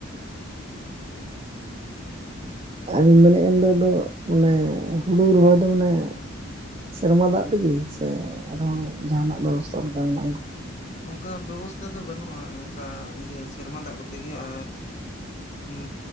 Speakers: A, on the right; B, on the left.
A: ᱟᱮᱧ ᱢᱮᱱᱮᱫ ᱠᱟᱱᱫᱚ ᱫᱚ ᱟᱱᱮ ᱦᱩᱲᱩ ᱨᱚᱦᱚᱭ ᱫᱚ ᱢᱟᱱᱮ <unintelligible> ᱥᱮᱨᱢᱟ ᱫᱟᱜ ᱛᱮᱜᱮ ᱥᱮ ᱟᱨᱚᱸ ᱡᱟᱦᱟᱱᱟᱜ ᱵᱮᱵᱚᱥᱛᱟ ᱚᱱᱠᱟ ᱢᱮᱱᱟᱜ ᱩᱱᱠᱩ
B: ᱚᱱᱠᱟ ᱵᱮᱵᱚᱥᱛᱷᱟ ᱫᱚ ᱵᱟᱹᱱᱩᱜᱼᱟ ᱱᱚᱝᱠᱟ ᱤᱭᱟᱹ ᱥᱮᱨᱢᱟ ᱫᱟᱜ ᱠᱚᱛᱮ ᱜᱮ ᱟᱨ ᱦᱩᱸ